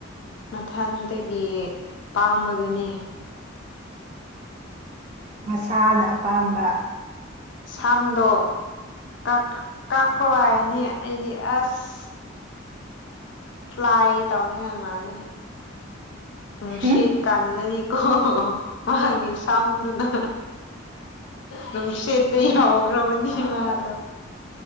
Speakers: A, on the left; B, on the right.
A: ꯃꯊꯟꯇꯒꯤ ꯄꯥꯝꯕꯗꯨꯅꯤ
B: ꯃꯁꯥꯅ ꯑꯄꯥꯝꯕ
A: ꯁꯝꯗꯣ ꯀꯛ ꯀꯛꯈ꯭ꯔꯣ ꯍꯥꯏꯅꯩ ꯑꯩꯗꯤ ꯑꯁ ꯐ꯭ꯂꯥꯏ ꯇꯧꯅꯤꯡꯉꯥꯏ ꯃꯥꯅꯤ ꯅꯨꯡꯁꯤꯠ
B: ꯍꯝ
A: ꯀꯜꯅꯔꯤꯀꯣ ꯃꯥꯒꯤ ꯁꯝꯗꯨꯅ ꯅꯨꯡꯁꯤꯠꯇ ꯌꯥꯎꯈ꯭ꯔꯕꯅꯤ ꯃꯥꯗꯣ